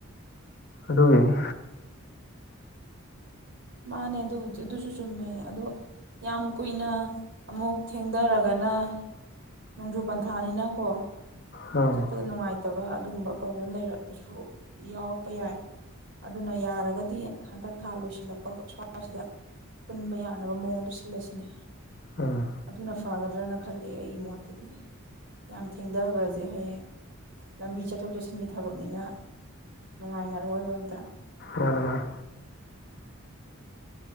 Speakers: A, on the left (about 45°); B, on the right (about 55°).
A: ꯑꯗꯨꯒꯤꯅꯤ
B: ꯃꯥꯅꯦ ꯑꯗꯨꯕꯨ ꯑꯗꯨꯁꯨ ꯆꯨꯝꯃꯦ ꯑꯗꯣ ꯌꯥꯝ ꯀꯨꯏꯅ ꯑꯃꯨꯛ ꯊꯦꯡꯗꯔꯒꯅ ꯅꯣꯡꯖꯨ ꯄꯟꯊꯥꯅꯤꯅꯀꯣ
A: ꯎꯝ
B: ꯆꯠꯄꯗ ꯅꯨꯡꯉꯥꯏ ꯐꯇꯕ ꯑꯗꯨꯒꯨꯝꯕ ꯄ꯭ꯔꯣꯕ꯭ꯂꯦꯝ ꯂꯩꯔꯛꯄꯁꯨ ꯌꯥꯎꯔꯛꯄ ꯌꯥꯏ ꯑꯗꯨꯅ ꯌꯥꯔꯒꯗꯤ ꯍꯟꯗꯛ ꯊꯥ ꯂꯣꯏꯁꯤꯜꯂꯛ ꯑꯣ ꯁ꯭ꯋꯥꯏꯁꯤꯗ ꯄꯨꯟꯕ ꯌꯥꯅꯕ ꯃꯑꯣꯡꯗ ꯁꯤꯜꯂꯁꯤꯅꯦ
A: ꯎꯝ
B: ꯑꯗꯨꯅ ꯐꯒꯗ꯭ꯔꯅ ꯈꯜꯂꯦ ꯑꯩꯒꯤ ꯃꯣꯠꯇꯗꯤ ꯌꯥꯝ ꯊꯦꯡꯊꯕꯁꯦ ꯍꯌꯦꯡ ꯂꯝꯕꯤ ꯆꯠꯊꯣꯛ ꯆꯠꯁꯤꯟꯒꯤ ꯊꯕꯛꯅꯤꯅ ꯅꯨꯡꯉꯥꯏꯅꯔꯣꯏꯕ ꯑꯝꯇ
A: ꯃꯥꯅꯤ ꯃꯥꯅꯤ